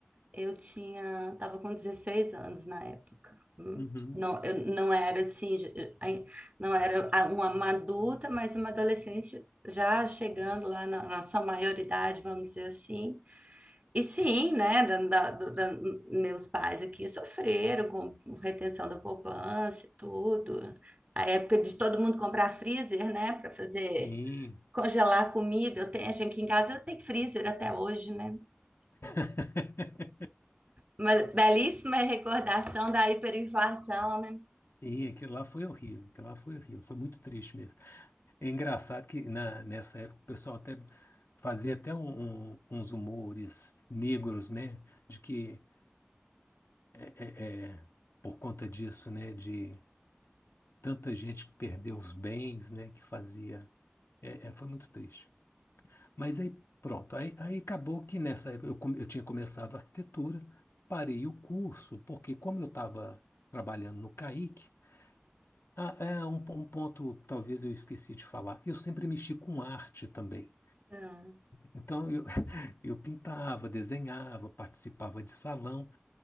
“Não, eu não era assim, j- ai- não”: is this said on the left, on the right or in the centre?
Right